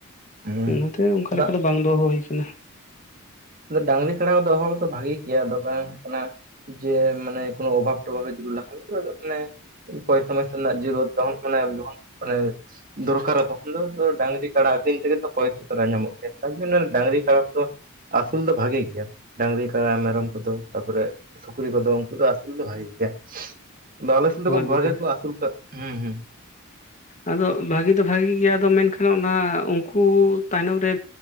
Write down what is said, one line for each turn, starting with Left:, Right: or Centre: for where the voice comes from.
Right: ᱦᱩᱸ
Left: ᱚᱱᱟᱛᱮ ᱚᱱᱠᱟ
Right: ᱫᱟ
Left: ᱞᱮᱠᱟ ᱫᱚ ᱵᱟᱝ ᱫᱚᱦᱚ ᱦᱩᱭ ᱠᱟᱱᱟ ᱾
Right: ᱰᱟᱝᱨᱤ ᱠᱟᱲᱟ ᱫᱚ ᱫᱚᱦᱚ ᱠᱚᱫᱚ ᱵᱷᱟᱜᱤ ᱜᱮᱭᱟ, ᱫᱚ ᱵᱟᱝ ᱦᱩᱭᱩᱜ ᱠᱟᱱᱟ ᱡᱮ ᱢᱟᱱᱮ ᱠᱳᱱᱳ ᱚᱵᱷᱟᱵ ᱴᱚᱵᱷᱟᱵ ᱡᱮ ᱢᱟᱱᱮ ᱯᱚᱭᱥᱟ ᱢᱚᱭᱥᱟ ᱨᱮᱱᱟᱜ ᱡᱟᱨᱩᱶᱟ ᱫᱚ ᱚᱜ ᱢᱟᱱᱮ ᱢᱟᱱᱮ ᱫᱚᱨᱠᱟᱨᱟ ᱛᱚᱠᱷᱚᱱ ᱫᱚ ᱰᱟᱹᱝᱨᱤ ᱠᱟᱰᱟ ᱟᱹᱫᱤᱱ ᱛᱮᱜᱮ ᱛᱚ ᱯᱚᱭᱥᱟ ᱫᱚ ᱧᱟᱢᱚᱜ ᱜᱮᱭᱟ ᱾ ᱟᱨ ᱡᱚᱱ ᱰᱟ. ᱝᱨᱤ ᱠᱟᱬᱟ ᱠᱚᱫᱚ ᱟᱹᱥᱩᱞ ᱫᱚ ᱵᱷᱟᱜᱤ ᱜᱮᱭᱟ ᱾ ᱰᱟᱹᱝᱨᱤ, ᱠᱟᱬᱟ, ᱢᱮᱨᱚᱢ ᱠᱚᱫᱚ ᱛᱟᱯᱚᱨᱮ ᱥᱩᱠᱨᱤ ᱠᱚᱫᱚ ᱩᱱᱠᱩ ᱫᱚ ᱟᱥᱩᱞ ᱫᱚ ᱵᱷᱟᱜᱤ ᱜᱮᱭᱟ ᱾ ᱟᱞᱮ ᱥᱮᱫ ᱫᱚ
Left: ᱦᱳᱭ
Right: ᱠᱚ <unintelligible>
Left: ᱵᱟᱹᱵᱩ
Right: ᱠᱚ ᱟᱥᱩᱞ ᱠᱟᱜ ᱛᱚ᱾ ᱦᱩᱸ ᱦᱩᱸ
Left: ᱟᱫᱚ ᱵᱷᱟᱹᱜᱤ ᱫᱚ ᱵᱷᱟᱜᱮ ᱜᱮᱭᱟ ᱟᱫᱚ ᱢᱮᱱᱠᱷᱟᱱ ᱚᱱᱟ ᱩᱱᱠᱩ ᱛᱟᱭᱱᱚᱢ ᱨᱮ